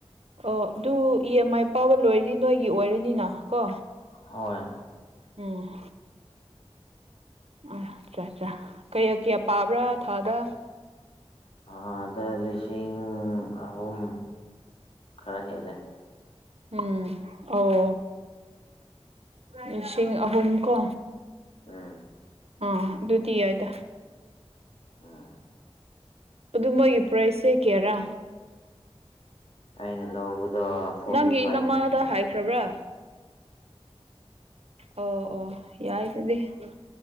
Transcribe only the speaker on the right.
ꯑꯣ ꯑꯗꯨ ꯏ ꯑꯦꯝ ꯑꯥꯏ ꯄꯥꯕ ꯂꯣꯏꯔꯗꯤ ꯅꯣꯏꯒꯤ ꯑꯣꯏꯔꯅꯤꯅ ꯀꯣ꯫
ꯎꯝ ꯑ ꯑꯠꯆꯥ ꯑꯠꯆꯥꯥ ꯀꯌꯥ ꯀꯌꯥ ꯄꯥꯕ꯭ꯔꯥ ꯊꯥꯗ
ꯎꯝ ꯑꯣ ꯂꯤꯁꯤꯡ ꯑꯍꯨꯝ ꯀꯣ
ꯑꯥ ꯑꯗꯨꯗꯤ ꯌꯥꯏꯗ
ꯑꯗꯨ ꯃꯣꯏꯒꯤ ꯄ꯭ꯔꯥꯏꯁꯁꯦ ꯀꯦꯔ
ꯅꯪꯒꯤ
ꯏ ꯅꯃꯥꯗ ꯍꯥꯏꯈ꯭ꯔꯕ꯭ꯔꯥ ꯑꯣ ꯑꯣ ꯌꯥꯏ ꯇꯗꯤ ꯍ